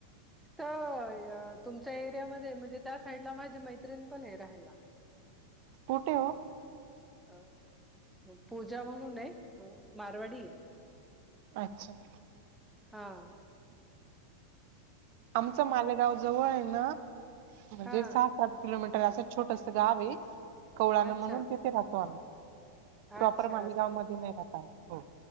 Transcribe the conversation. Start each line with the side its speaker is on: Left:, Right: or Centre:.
Centre: त्या तुमच्या एरियामध्ये म्हणजे त्या साईडला माझी मैत्रिण पण आहे राहायला.
Right: कुठं हो
Centre: अं पूजा म्हणून आहे, मारवाडी आहे.
Right: अच्छा!
Centre: हा.
Right: आमच मालेगाव जवळ आय ना म्हणजे
Centre: हा
Right: सहा सात किलोमीटर असं छोटस गाव आये कोवळानं
Centre: अच्छा,
Right: म्हणून तिथे राहतो आम्ही.
Centre: अच्छा
Right: प्रॉपर मालेगाव मध्ये नाही राहत आम्ही हो.